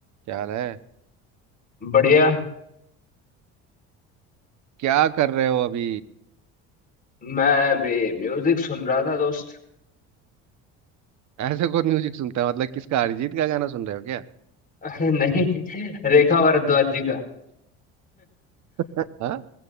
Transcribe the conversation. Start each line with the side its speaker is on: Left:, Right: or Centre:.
Right: क्या हाल है
Left: बढ़िया
Right: क्या कर रहे हो अभी
Left: मैं भी म्यूजिक सुन रहा था दोस्त
Right: ऐसे कौन म्यूजिक सुनता है मतलब किसका अरिजीत का गाना सुन रहे हो क्या
Left: अरे नहीं रेखा भारद्वाज जी का
Right: <laughs> हाँ